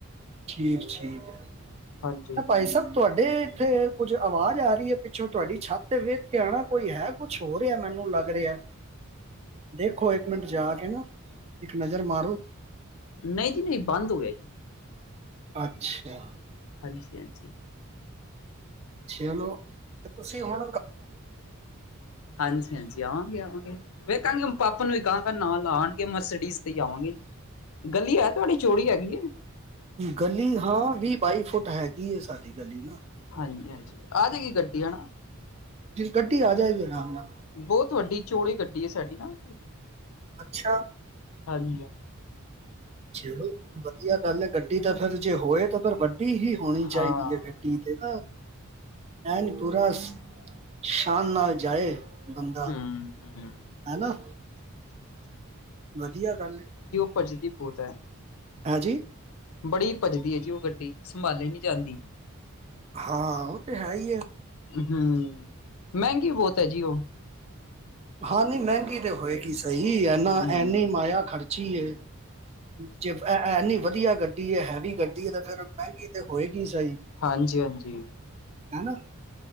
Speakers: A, on the right (about 30°); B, on the left (about 75°).
A: ਠੀਕ ਠੀਕ ਹੈ
B: ਹਾਂਜੀ ਹਾਂਜੀ
A: ਭਾਈ ਸਾਬ। ਤੁਹਾਡੇ ਇੱਥੇ ਕੁੱਝ ਆਵਾਜ਼ ਆ ਰਹੀ ਹੈ ਪਿੱਛੋਂ ਤੁਹਾਡੀ ਛੱਤ ਤੇ ਵੇਖ ਕੇ ਆਉਣਾ ਕੋਈ ਹੈ। ਕੁਛ ਹੋ ਰਿਹਾ ਮੈਨੂੰ ਲੱਗ ਰਿਹਾ। ਦੇਖੋ ਇੱਕ ਮਿੰਟ ਜਾ ਕੇ ਨਾ ਇੱਕ ਨਜ਼ਰ ਮਾਰੋ।
B: ਨਹੀਂ ਜੀ ਨਹੀਂ ਬੰਦ ਹੋਵੇ।
A: ਅੱਛਾ
B: ਹਾਂਜੀ ਹਾਂਜੀ।
A: ਛਲੋ, ਤੇ ਤੁਸੀਂ ਹੁਣ
B: ਹਾਂਜੀ-ਹਾਂਜੀ, ਆਵਾਂਗੇ-ਆਵਾਂਗੇ ਵੇਖਾਂਗੇ। ਪਾਪਾ ਨੂੰ ਵੀ ਕਹਾਂਗਾ, ਨਾ ਲਾਉਣਗੇ ਮਰਸਡੀਜ਼ ਤੇ ਆਵਾਂਗੇ ਜੀ। ਗਲੀ ਹੈ ਤੁਹਾਡੀ ਚੋੜੀ ਹੈਗੀ ਏ,
A: ਗਲੀ ਹਾਂ ਵੀਹ ਬਾਈ ਫੁੱਟ ਹੈਗੀ ਹੈ, ਸਾਡੀ ਗਲੀ ਨਾ,
B: ਹਾਂਜੀ, ਹਾਂਜੀ ਆ ਜਾਏਗੀ ਗੱਡੀ ਹਨਾ,
A: ਗੱਡੀ ਆ ਜਾਏਗੀ ਆਰਾਮ ਨਾਲ,
B: ਬਹੁਤ ਵੱਡੀ ਚੋੜੀ ਗੱਡੀ ਹੈ ਸਾਡੀ ਨਾ,
A: ਅੱਛਾ,
B: ਹਾਂਜੀ,
A: ਚਲੋ ਵਧੀਆ ਗੱਲ ਹੈ, ਗੱਡੀ ਤਾਂ ਫੇਰ ਜੇ ਹੋਏ ਤਾਂ ਫੇਰ ਵੱਡੀ ਹੀ ਹੋਣੀ ਚਾਹੀਦੀ
B: ਹਾਂ
A: ਹੈ ਗੱਡੀ ਤੇ ਨਾ ਐਨ ਪੂਰਾ ਸ਼ਾਨ ਨਾਲ ਜਾਏ। ਬੰਦਾ
B: ਹਮ ਹਮ
A: ਹੈਨਾ ਵਧੀਆ ਗੱਲ ਏ,
B: ਪੰਜਦੀ ਬਹੁਤ ਹੈ।
A: ਹਾਂਜੀ,
B: ਬੜੀ ਭੱਜਦੀ ਹੈ ਜੀ, ਉਹ ਗੱਡੀ ਸੰਭਾਲੀ ਨੀ ਜਾਂਦੀ।
A: ਹਾਂ ਉਹ ਤੇ ਹੈ ਹੀ ਹੈ
B: ਹੂੰ ਮਹਿੰਗੀ ਬਹੁਤ ਹੈ ਜੀ ਉਹ
A: ਹਾਂ ਨਹੀਂ ਮਹਿੰਗੀ ਤੇ ਹੋਏਗੀ ਸਹੀ ਐਨਾ
B: ਹਮ
A: ਐਨੀ ਮਾਇਆ ਖਰਚੀ, ਜੇ ਇਨੀ ਵਧੀਆ ਗੱਡੀ ਹੈ, ਹੈਵੀ ਗੱਡੀ ਹੈ ਤੇ ਫੇਰ ਮਹਿੰਗੀ ਤੇ ਹੋਏਗੀ ਸਹੀ।
B: ਹਾਂਜੀ, ਹਾਂਜੀ।
A: ਹਨਾ